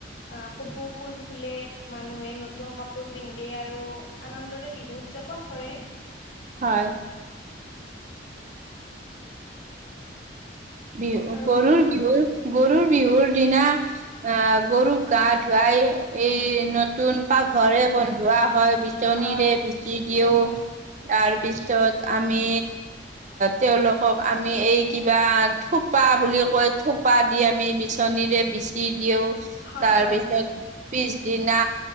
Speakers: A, on the left (about 70°); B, on the right (about 40°).
A: আ কপৌ ফুল ফুলে, মানুহে নতুন কাপোৰ পি ন্ধে আৰু আনন্দৰে বিহু উদযাপন কৰে।
B: হয়। বিহু
A: আৰু
B: গৰুৰ বিহুৰ গৰুৰ বিহুৰ দিনা আহ গৰুক গা ধুৱাই এই নতুন পাঘৰে বন্ধোৱা হয়। বিচনিৰে
A: হয়
B: বিচি দিওঁ।
A: উম উম
B: তাৰপিছত আমি তেওঁলোকক আমি এই কিবা থোপা বুলি কয়, থোপা দি আমি বিচনীৰে বিচি দিওঁ।
A: হয়
B: তাৰপিছত
A: হয়
B: পিছদিনা